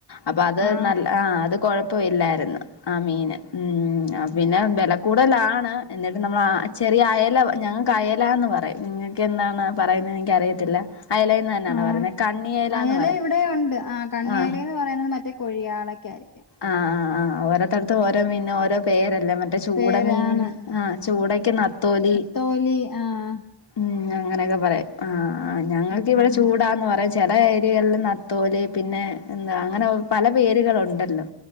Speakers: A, on the left (about 75°); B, on the left (about 55°).
A: അപ്പൊ അത്
B: ആ
A: നല്ല ആഹ് അത് കൊഴപ്പൊല്ലായിരുന്നു. ആ മീന്. ഉം പിന്നെ വെലകൂടലാണ്. എന്നിട്ട് നമ്മള് ആ ചെറിയ അയല ഞങ്ങക്ക് അയലാന്ന് പറയും. നിങ്ങക്ക് എനന്താണ് പറയുന്ന എനിക്കറിയത്തില്ല. അയലേന്ന് തന്നാണോ
B: ആഹ്
A: പറയുന്നത് കണ്ണിയലാന്ന്
B: അയല
A: പറയും
B: ഇവിടെയുമുണ്ട്. ആഹ് കണ്ണയലേന്ന്
A: ആ
B: പറയുന്നത് മറ്റേ കൊഴിയാളക്കായിരിക്കും.
A: ആഹ് ആഹ് ആ ഓരോത്തടത്തും ഓരോ മീനിനു ഓരോ പേരല്ലേ മറ്റേ ചൂടമീനിന്
B: പേരാണ്
A: ആഹ് ചൂടക്ക് നത്തോലി
B: നത്തോലി ആഹ്
A: ഉം അങ്ങനെയൊക്കെ പറയും. ആഹ് ഞങ്ങൾക്കിവിടെ
B: ഉം
A: ചൂടാന്നറയും ചെല ഏരിയേല് നത്തോലി പിന്നെ എന്താ അങ്ങനെ പല പേരുകളൊണ്ടല്ലോ.